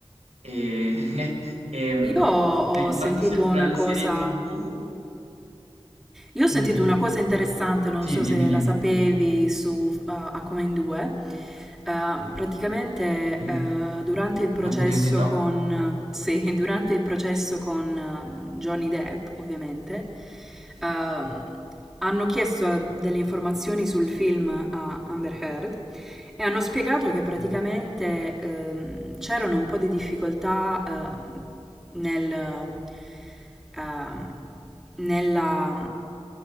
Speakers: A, on the right; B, in the centre.
A: E, <laughs> e mm,
B: Io ho
A: riguardo
B: sentito
A: sempre
B: una
A: alle
B: cosa
A: serie TV,
B: Io ho sentito
A: mm,
B: una cosa interessante, non
A: sì,
B: so
A: dimmi,
B: se
A: dimmi,
B: la sapevi, su eh, A Come in Due. Eh, praticamente
A: sì,
B: eh, durante il processo
A: una curiosità.
B: con, sì, <laughs> durante il processo con eh, Johnny Depp, ovviamente, ehm, hanno chiesto eh, delle informazioni sul film a Amber Heard e hanno spiegato che praticamente
A: Mm,
B: ehm, c'erano un po' di difficoltà ehm, nel, ehm, nella,